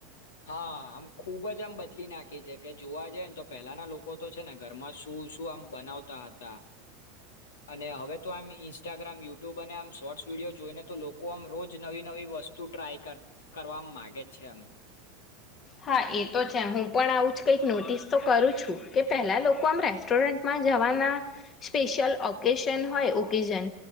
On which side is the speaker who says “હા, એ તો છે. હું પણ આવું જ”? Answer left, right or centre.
Left